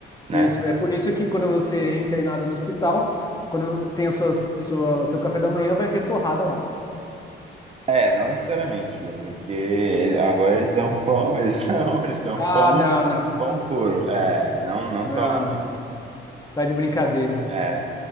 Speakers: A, on the right; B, on the left.
A: né?
B: Isso, é por isso que quando você é internado no hospital, quando tem a sua, sua, seu café da manhã, vai ter torrada lá.
A: É, não necessariamente, viu? Porque agora eles dão pão, eles <laughs> não, eles dão
B: Ah,
A: pão,
B: não, não, não.
A: pão puro.
B: Não importa.
A: É, não, não
B: Não,
A: torra
B: não,
A: não.
B: não. Tá de brincadeira.
A: É,